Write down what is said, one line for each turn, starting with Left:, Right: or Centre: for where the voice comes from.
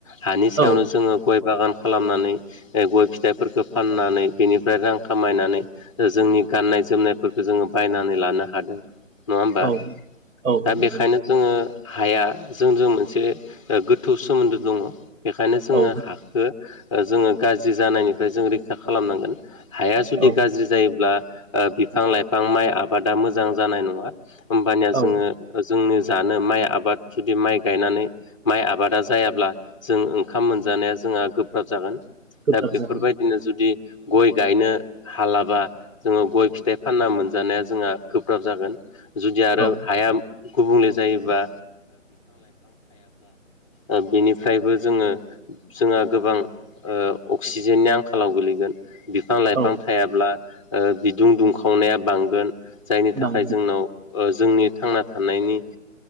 Left: हानि सायावनो
Right: औ
Left: जोङो गय बागान खालामनानै गय फिथाइफोरखौ फाननानै बेनिफ्राय रां खामायनानै जोंनि गाननाय जोमनायफोरखौ जोङो बायनानै लानो हादों नङा होमबा
Right: औ औ
Left: दा
Right: नंगौ
Left: बेखायनो जोङो हाया जोंजोंनो मोनसे ओ गोथौ सोमोन्दो दङ बेखायनो जोङो
Right: औ
Left: हाखो ओ जोङो गाज्रि जानायनिफ्राय जों रैखा खालामनांगोन हाया जुदि
Right: औ
Left: गाज्रि जायोब्ला ओ बिफां लाइफां माइ आबादा मोजां जानाय नङा होमबानिया
Right: औ
Left: जोङो जोंनि जानो माइ आबाद जुदि माइ गायनानै माइ आबादा जायाब्ला जों ओंखाम मोनजानाया जोंहा गोब्राब जागोन
Right: गोब्राब
Left: दा बेफोरबायदिनो
Right: जागोन
Left: जुदि गय गायनो हालाबा जोङो गय फिथाइ फानना मोनजानाया जोंहा गोब्राब जागोन जुदि आरो
Right: औ
Left: हाया गुबुंले जायोबा ओ बेनिफ्रायबो जोङो जोंहा गोबां ओ अक्सिजेननि आंखालाव गोलैगोन बिफां लाइफां
Right: औ
Left: थायाब्ला ओ बिदुं दुंखावनाया बांगोन जायनि थाखाय
Right: बांगोन
Left: जोंनाव ओ जोंनि थांना थानायनि